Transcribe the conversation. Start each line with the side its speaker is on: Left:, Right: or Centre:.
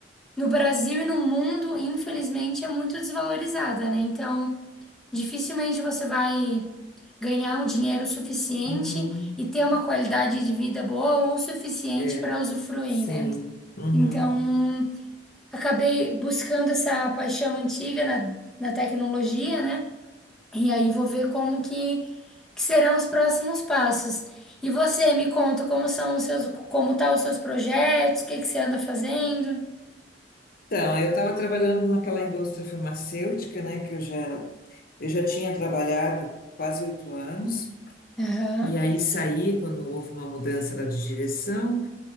Centre: no Brasil e no mundo, infelizmente, é muito desvalorizada, né? Então, Dificilmente você vai ganhar um dinheiro suficiente
Left: Uhum.
Centre: e ter uma qualidade de vida boa ou suficiente
Left: É,
Centre: para usufruir,
Left: sim.
Centre: né?
Left: Uhum.
Centre: Então, acabei buscando essa paixão antiga na, na tecnologia, né? E aí vou ver como que, que serão os próximos passos. E você me conta como são os seus, como tá os seus projetos, o que que você anda fazendo?
Left: Então, eu estava trabalhando naquela indústria farmacêutica, né, que eu já, eu já tinha trabalhado quase oito anos,
Centre: Aham.
Left: e aí saí quando houve uma mudança lá de direção,